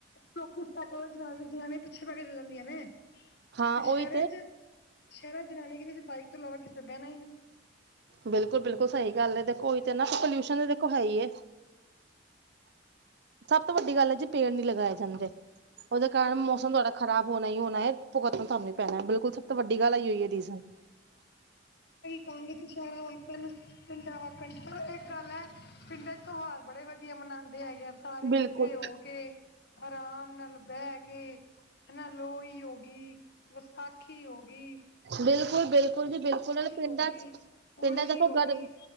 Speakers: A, on the left; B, on the right.
A: ਚੌਕੈ ਜਨਾਨ ਜਨਾਨੀਆਂ ਪਿੱਛੇ ਪੈ ਕੇ ਚ ਜਾਂਦੀਆਂ ਨੇ
B: ਹਾਂ
A: ਤੇ
B: ਉਹੀ
A: ਸ਼ਹਿਰਾਂ ਚ ਸ਼ਹਿਰਾਂ ਜਨਾਨੀਆਂ ਕਹਿੰਦੀ ਸੀ ਬਾਈਕ ਤੋਂ ਲਵਾ ਕੇ ਕਿਸੇ ਬਹਿਣਾ ਹੀ ਨ ਨਹੀਂ
B: ਬਿਲਕੁਲ ਬਿਲਕੁਲ ਸਹੀ ਗੱਲ ਦੇਖੋ ਤੇ ਨਾ ਪੋਲਿਊਸ਼ਨ ਦੇਖੋ ਹੈ ਹੀਏ ਸਭ ਤੋਂ ਵੱਡੀ ਗੱਲ ਹੈ ਜੀ ਪੇੜ ਨੀ ਲਗਾਏ ਜਾਂਦੇ ਉਹਦੇ ਕਾਰਨ ਮੌਸਮ ਥੋਡਾ ਖ਼ਰਾਬ ਹੋਣਾ ਹੀ ਹੋਣਾ ਹੈ ਭਤਮ ਕਰਨੀ ਪੈਣਾ ਬਿਲੁਲ ਸਭ ਤੋਂ ਵੱਡੀ ਗੱਲ ਆਈ ਹੈ ਰੀਜ਼ਨ
A: ਕਹਾਂਗੇਸ਼ਾਰਾਂ ਵਾਕਣ ਪਿੰਡ ਵਾਕ ਇੱਕ ਗੱਲ ਹੈ ਪਿੰਡ ਦੇ ਤਿਉਹਾਰ ਬੜੇ ਵਧੀਆ ਮਨਾਉਂਦੇ ਹੈਗੇ ਆ ਸਾਰੇ
B: ਬਿਲਕੁਲ
A: ਇਕੱਠੇ ਹੋ ਕੇ ਆਰਾਮ ਨਾਲ ਬਹਿ ਕੇ ਹਨਾ ਲੋਹੀ ਹੋ ਗਗੀ ਵਿਸਾਖੀ ਜੋ ਗਗੀ
B: ਬਿਲਕੁਲ ਬਿਲਕੁਲ ਜੀ ਬਿਲਕੁਲ ਨਾਲ ਪਿੰਡਾਂ
A: ਹੋ ਗਈ,
B: ਚ
A: ਹੋਲੀ
B: ਪਿੰਡਾਂਚ ਦੇਖੋ
A: ਹੋ
B: ਗਰਮ
A: ਗਈ